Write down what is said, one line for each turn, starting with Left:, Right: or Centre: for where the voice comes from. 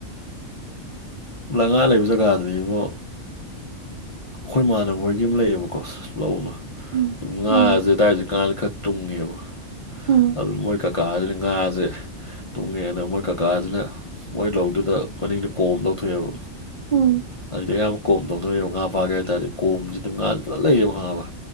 Right: <unintelligible>
Left: ꯂꯩꯉꯥ <unintelligible> ꯂꯩꯕ ꯖꯒꯥꯗꯨꯗꯤ ꯏꯕꯣ ꯑꯩꯈꯣꯏ ꯏꯃꯥꯟꯅꯕꯣꯏꯒꯤ ꯑꯃ ꯂꯩꯌꯦꯕꯀꯣ ꯂꯧꯃꯥ
Right: ꯎꯝ
Left: ꯑꯗꯨꯝ ꯉꯥꯖꯦ
Right: ꯎꯝ
Left: ꯑꯗꯨꯗꯥꯏꯖꯦ ꯉꯥꯖꯦ ꯈꯥ ꯇꯨꯡꯉꯦꯕ
Right: ꯎꯝ
Left: ꯑꯗꯨ ꯃꯣꯏ ꯀꯀꯥꯖꯤꯅ ꯉꯥꯖꯦ ꯇꯨꯡꯉꯦꯅ ꯃꯣꯏ ꯀꯀꯥꯁꯤꯅ ꯃꯣꯏ ꯂꯧꯗꯨꯗ ꯃꯅꯤꯡꯗ ꯀꯣꯝ ꯂꯧꯊꯣꯛꯑꯦꯕ
Right: ꯎꯝ
Left: ꯑꯗꯨꯗꯤ ꯑꯌꯥꯝꯕ ꯀꯣꯝ ꯇꯧꯅꯔꯦꯑꯕ ꯉꯥ ꯐꯥꯒꯦ ꯍꯥꯏ ꯇꯥꯔꯗꯤ ꯀꯣꯝꯖꯤꯗ ꯉꯥꯥꯖꯦ ꯐꯖꯅ ꯂꯩꯌꯦꯕ ꯈꯉꯥꯕ